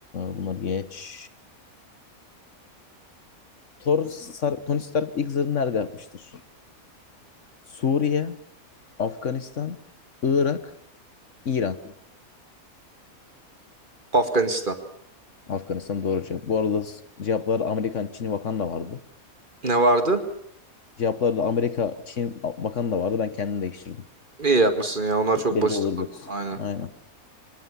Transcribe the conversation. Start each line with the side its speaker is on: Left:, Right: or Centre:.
Left: bunları geç. Thor, Sar- Tony Stark ilk zırhını nerede yapmıştır? Suriye, Afganistan, Irak, İran.
Right: Afganistan.
Left: Afganistan doğru cevap. Bu arada s- cevaplarda Amerikan, Çin, Vakanda vardı.
Right: Ne vardı?
Left: Cevaplarda Amerika, Çin, Vakanda vardı. Ben kendim değiştirdim.
Right: İyi yapmışsın ya. Onlar
Left: Çok
Right: çok
Left: belli
Right: basit
Left: olurdu
Right: oldu.
Left: yoksa.
Right: Aynen.
Left: Aynen.